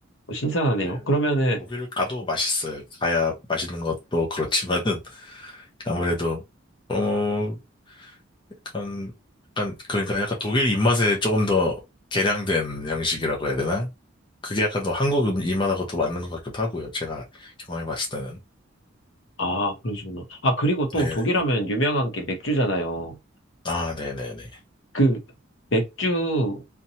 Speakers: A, on the left (about 65°); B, on the left (about 25°).
A: 신선하네요.
B: 네네.
A: 그러면은,
B: 독일을 가도 맛있어요. 가야 맛있는 것도 그렇지만은 <laughs> 아무래도 어 약간 약간 그러니까 약간 독일 입맛에 조금 더 개량된 양식이라고 해야 되나? 그게 약간 더 한국 음- 입맛하고 더 맞는 것 같기도 하고요. 제가 경험해봤을 때는.
A: 아, 그러시구나. 아, 그리고 또
B: 네네네.
A: 독일하면 유명한 게 맥주잖아요.
B: 아 네네네.
A: 그 맥주